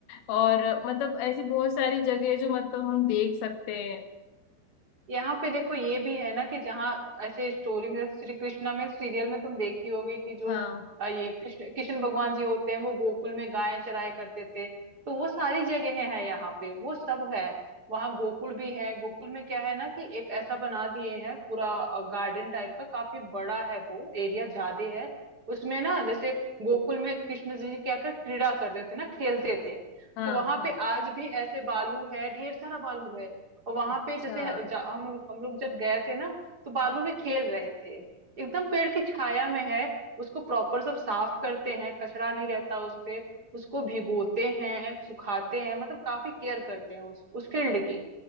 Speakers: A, on the left (about 80°); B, on the right (about 25°).
A: और अ, मतलब ऐसी बहुत सारी जगह है जो मतलब हम देख सकते हैं
B: यहाँ पे देखो ये भी है ना कि जहाँ ऐसे स्टोरी में जैसे श्री कृष्णा में सीरियल में तुम देखी होगी कि जो
A: हाँ
B: अ, ये कृष्ण कृष्ण भगवान जी होते हैं वो गोकुल में गायें चराया करते थे तो वो सारी जगह है यहाँ पे वो सब है वहाँ गोकुल भी है गोकुल में क्या है ना कि एक ऐसा बना दिए हैं पूरा गार्डन टाइप का काफी बड़ा है वो एरिया ज्यादा है उसमें ना जैसे गोकुल में कृष्ण जी क्या कर क्रीड़ा करते थे ना खेलते थे
A: हाँ
B: तो वहां
A: हाँ
B: पे आज भी ऐसे बालू है ढेर सारा बालू है और वहां
A: अच्छा
B: पे जैसे जा, हम हम लोग जब गए थे ना तो बालू
A: हाँ
B: में खेल रहे थे एकदम पेड़ की छाया में है उसको प्रॉपर सब साफ करते हैं कचरा नहीं रहता उस पे उसको भिगोते हैं सुखाते हैं मतलब काफी केयर करते हैं उस उस फील्ड की